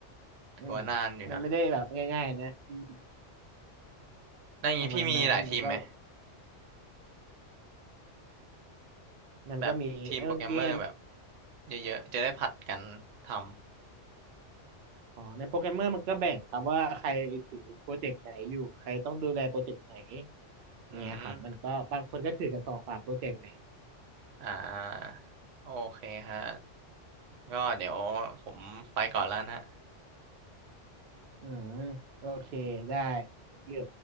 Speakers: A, on the right; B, on the right.
A: ถือว่านานอยู่นะ
B: อืมนั่นไม่ได้แบบง่ายๆนะอืม
A: แล้วอย่างนี้พี่มีหลายทีมไหม
B: ประมาณนั้นแล้วก็มันก็มีเอ้ยเมื่อกี้
A: แบบทีมโปรแกรมเมอร์แบบเยอะๆจะได้ผัดกันทำ
B: อ๋อในโปรแกรมเมอร์มันก็แบ่งครับว่าใครถือโปรเจกต์ไหนอยู่ใครต้องดูแลโปรเจกต์ไหนอย่างเงี้ยครับมันก็บางคนก็ถือกันสองสามโปรเจกต์เนี่ย
A: อืม อ่าโอเคฮะก็เดี๋ยวผมไปก่อนแล้วนะฮะ
B: อืมโอเคได้ thank you